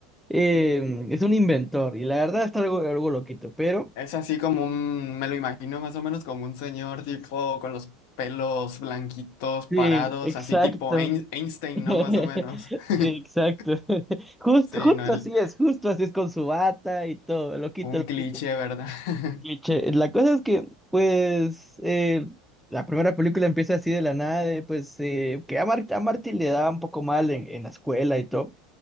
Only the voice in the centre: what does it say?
Eh, es un inventor, y la verdad está algo, algo loquito, pero...
Sí, exacto.
<laughs>
Sí, exacto. <laughs> Justo,
justo
así es, justo así es con su bata y todo, loquito,
loquito.
Cliché. La cosa es que, pues, eh, la primera película empieza así de la nada, de, pues, eh, que a, Mar- a Marty le da un poco mal en, en la escuela y todo.